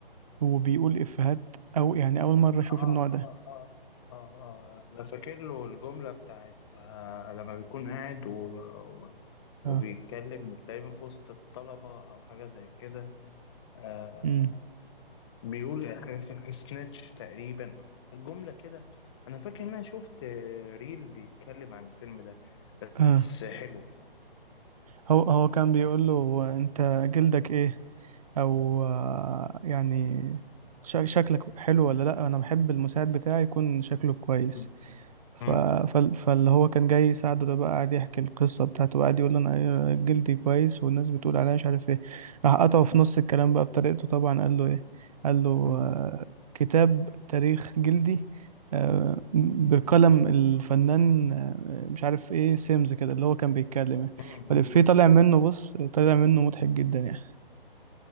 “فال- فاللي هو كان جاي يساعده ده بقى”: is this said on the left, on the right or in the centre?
Right